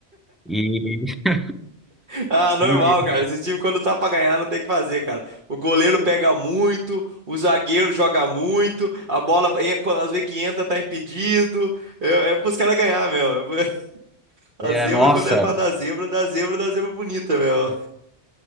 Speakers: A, in the centre; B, on the right.
A: E, <laughs>
B: Ah, normal,
A: e-
B: cara. Esse time, quando tá pra ganhar, não tem o que fazer, cara. O goleiro pega muito, o zagueiro joga muito, a bola, en- quando às vezes que entra, tá impedido. É, é pros caras ganhar, meu. <laughs>
A: é,
B: A zebra,
A: nossa,
B: quando é pra dar zebra, dá zebra, dá zebra bonita, meu.